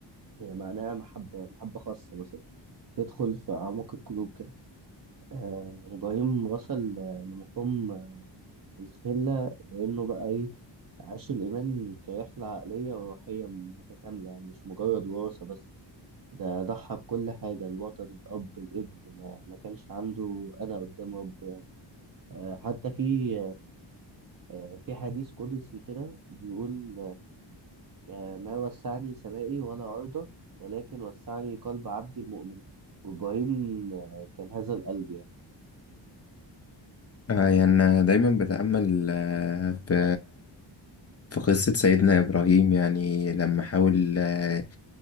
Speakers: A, on the right; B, on the left.
A: هي معناها محبة محبة خاصة مثلا تدخل في أعماق القلوب كده آه إبراهيم وصل آه، لمقام آه، الخلة لأنه بقى إيه عاش الإيمان كرحلة عقلية وروحية متكاملة يعني مش مجرد وراثة بس ده ضحى بكل حاجة الوطن الأب الابن ما, ما كانش عنده أنا قدام رب يعني آه، حتى في آه، في حديث قدسي كده بيقول آه، ما وسعني سمائي ولا أرضه ولكن وسعني قلب عبدي المؤمن وإبراهيم آه، كان هذا القلب يعني
B: آه يعني أنا دايما بتأمل آه، في في قصة سيدنا إبراهيم يعني لما حاول آه،